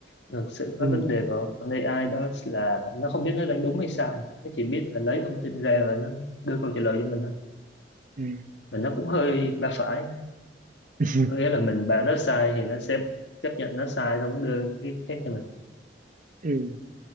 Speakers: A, on the left (about 80°); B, on the right (about 45°).
A: thực sự
B: Ừ.
A: có vấn đề của con AI đó là nó không biết nó đang đúng hay sai nó chỉ biết là lấy thông tin ra và nó đưa câu trả lời cho mình thôi
B: Ừ.
A: và nó cũng hơi ba phải
B: <laughs>
A: có nghĩa là mình bảo nó sai thì nó sẽ chấp nhận nó sai xong nó đưa cái khác cho mình
B: ừ.